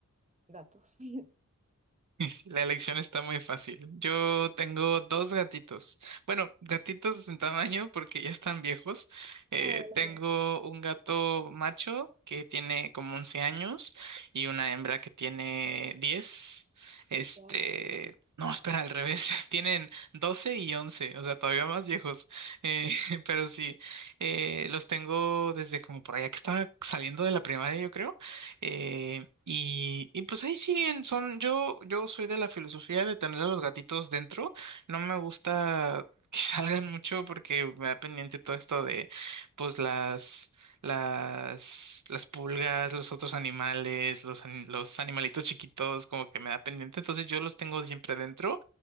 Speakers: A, on the right (about 20°); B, on the right (about 70°).
A: gatos. <laughs>
B: <laughs> Y sí, La elección está muy fácil. Yo tengo dos gatitos. Bueno, gatitos en tamaño porque ya están viejos. Eh,
A: Ah, los
B: tengo
A: dos.
B: un gato macho que tiene como 11 años y una hembra que tiene 10. Este,
A: Wow.
B: no, espera, al revés. <laughs> Tienen 12 y 11, o sea, todavía más viejos. Eh, <laughs> pero sí, eh, los tengo desde como por allá que estaba saliendo de la primaria, yo creo. Eh, y, y pues ahí siguen, son, yo, yo soy de la filosofía de tener a los gatitos dentro, no me gusta que <laughs> salgan mucho porque me da pendiente todo esto de pues las las las pulgas, los otros animales, los, ani- los animalitos chiquitos, como que me da pendiente, entonces yo los tengo siempre dentro,